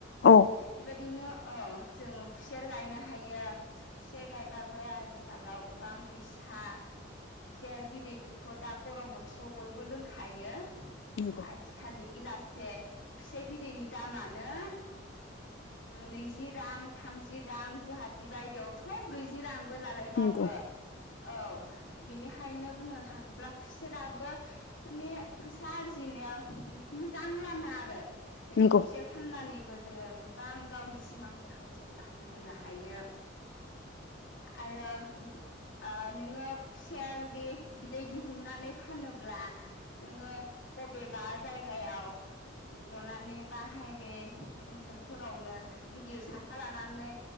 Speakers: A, on the left (about 65°); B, on the left (about 80°).
A: औ
B: बेबायदिनो औ जोंङो खुसेर गायनो हायो खुसेर गायबाबो आथिखालाव गोबां फैसा खुसेर बिदैखौथ' दा गरम बोथोराव बयबो लोंखायो
A: नंगौ
B: आजि खालि गिलाससे खुसेर बिदैनि दामानो नैजि रां थामजि रां गुवाहाटि बायदियावथ' ब्रैजि रां लालाय बावो
A: नंगौ
B: औ बेनिखायनो बुंनो थाङोब्ला खुसेराबो माने फैसा आरजिनायाव मोनसे मोजां लामा आरो जोङो
A: नंगौ
B: खुसेर फाननानै जोङो गोबां गावनि सिमांफोरखौ जों जाफुंहोनो हायो आरो आ नोङो खुसेर बि बिदै दिहुननानै फानोब्ला ब्ला नोङो बबेबा जायगायाव जनानै बाहाइ बे ओनसोलफोरावनो गिदिर साथा लानानै